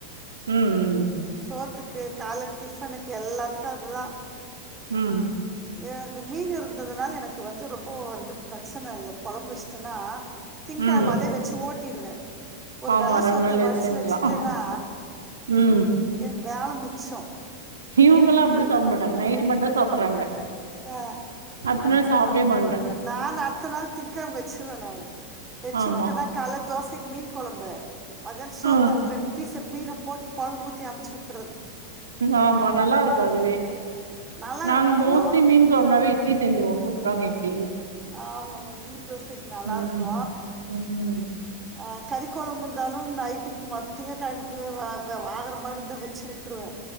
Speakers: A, on the right; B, on the right.
A: ம் ம்
B: சோத்துக்கு கால டிஃபனுக்கு எல்லாத்துக்கு அது தா
A: ம்
B: எனக்கு மீன் இருந்ததுனால எனக்கு வந்து ரொம்போ வந்து பிரச்சன இல்ல கொழம்பு வெச்சிட்டன்னா திங்கெழம
A: ம் ம்
B: அதே வெச்சு ஓட்டிடுவே ஒரு
A: ஆமா
B: வெள்ள
A: ரெண்டு
B: சோத்த
A: நாள்
B: வடிச்சி
A: எக்ஸ்சேஞ்ச்
B: வெச்சுட்டேன்னா
A: தா ம்
B: எ வேல மிச்சோ
A: இவுங்கல்லா அப்டி சாப்ட மாட்டாங்க நைட்டு மட்டுதா சாப்புறாங்க
B: ஆ
A: அடுத்த நாள் சாப்டவே மா
B: நான் அடுத்த நாள் திங்கெழம வெச்சிருவே நானு வெச்சு
A: ஆமா
B: வுட்டனா கால தோசைக்கு மீன் கொழம்பு மதியானொ சோத்துக்கு
A: ஆ
B: ரெண்டு பீசு மீன போட்டு கொழம்பு ஊத்தி அமுச்சு வுட்
A: ஆமா நல்லாருக்கு அதுவே
B: நல்லாயிருக்கும்
A: நாங்க மோஸ்ட்லி மீன் கொழம்புனாவே இட்லி செஞ்சிருவோ சூப்பரான இட்லி
B: ஆமமா இட்லி தோசைக்கு நல்லாருக்கு
A: ம் ம்
B: அ கறி கொழம்பு இருந்தாலு நைட்டுக்கு மத் திங்க கெழமைக்கு வாற ஆகற மாரி இருந்தா வெச்சு வுட்ருவே